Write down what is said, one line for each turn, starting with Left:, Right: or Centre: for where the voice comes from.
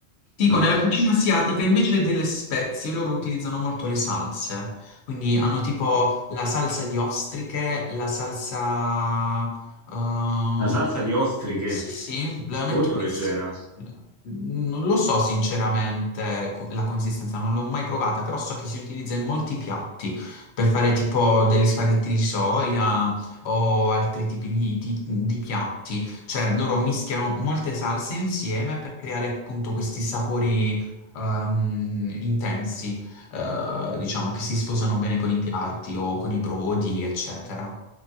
Left: Tipo
Right: no?
Left: nella cucina asiatica invece delle spezie loro utilizzano molto le salse, quindi hanno tipo la salsa di ostriche, la salsa... ehm,
Right: La salsa di ostriche,
Left: Sì, sì, la metto
Right: molto leggera.
Left: in- Non lo so sinceramente co- la consistenza, non l'ho mai provata, però so che si utilizza in molti piatti per fare tipo degli spaghetti di soia o altri tipi di, di- di piatti. Cioè loro mischiano molte salse insieme per creare appunto questi sapori ehm, intensi, eh, diciamo, che si sposano bene con i piatti o con i brodi, eccetera.